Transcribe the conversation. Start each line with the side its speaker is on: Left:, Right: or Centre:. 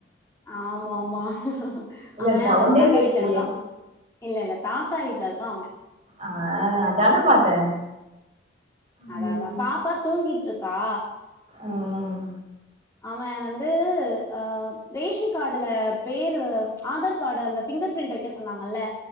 Left: ஆமாம்மா
Right: இல்ல
Left: அவ
Right: சவுண்டே
Left: அவங்க தாத்தா
Right: கேக்கலையே
Left: வீட்ல இருக்கா இல்ல இல்ல தாத்தா வீட்ல இருக்கா அவ
Right: ஆ அதானே பாத்தே
Left: அத
Right: ம்
Left: அதா பாப்பா தூங்கிட்ருக்கா
Right: ம்
Left: அவன் வந்து ஆ ரேஷன் கார்டுல பேரு ஆதார் கார்டு அந்த ஃபிங்கர் பிரிண்ட் வைக்க சொன்னாங்கல்ல